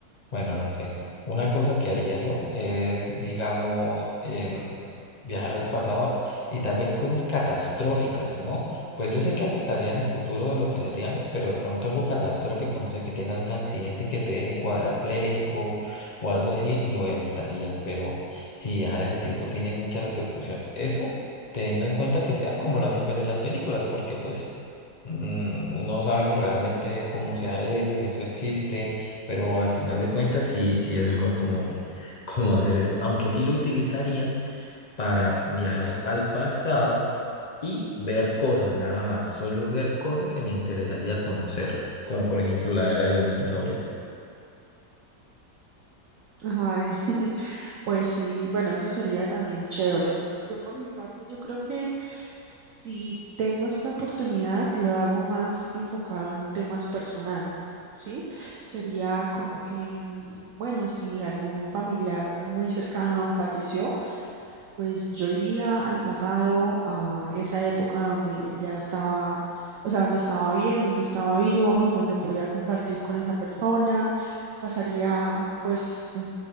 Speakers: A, on the left (about 55°); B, on the right (about 65°).
A: Bueno, no sé. Una cosa que haría yo es, digamos, em, viajar al pasado y tal vez cosas catastróficas, ¿no? Pues yo sé que afectarían el futuro de lo que seríamos, pero de pronto algo catastrófico, no sé, que tengas un accidente que te deje cuadrapléjico o algo así, lo evitaría. Pero si viajar en el tiempo tiene muchas repercusiones. Eso teniendo en cuenta que sea como lo hacen ver en las películas, porque pues Mm, No sabemos realmente cómo sea eso, si eso existe, pero al final de cuentas sí, sí es mejor como, <laughs> como hacer eso. Aunque sí lo utilizaría para viajar al pasado y ver cosas, nada más, solo ver cosas que me interesaría conocer, como por ejemplo la era de los dinosaurios.
B: Ay, <laughs> pues sí, bueno, eso sería también chévere. Yo por mi parte, yo creo que... Si tengo esa oportunidad, lo hago más enfocado en temas personales, ¿sí? Sería como que, mm, bueno, si algún familiar muy cercano falleció, pues yo iría al pasado, a esa época donde ya estaba, o sea, donde estaba bien, donde estaba vivo, donde podía compartir con esa persona, pasaría pues un-